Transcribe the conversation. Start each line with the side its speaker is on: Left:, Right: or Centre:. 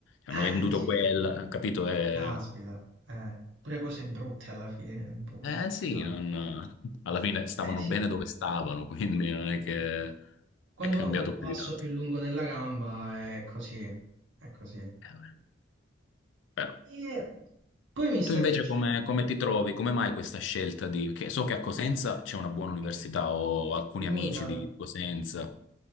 Left: hanno
Right: Eh,
Left: venduto
Right: sì,
Left: quel,
Right: sì.
Left: capito? Eh,
Right: caspita. Eh. Pure cose brutte alla fine, un po'
Left: eh
Right: sono
Left: sì,
Right: pesanti.
Left: non- alla fine stavano
Right: Eh sì,
Left: bene dove stavano, quindi non è che
Right: quando
Left: è cambiato
Right: uno fa il passo
Left: più di tanto.
Right: più lungo della gamba è così, è così.
Left: Eh, beh, però.
Right: E poi mi
Left: E
Right: stavi
Left: tu invece
Right: dicendo,
Left: come, come ti trovi? Come mai questa scelta di... Che so che a Cosenza c'è una buona università, ho alcuni
Right: l'unica...
Left: amici di di Cosenza.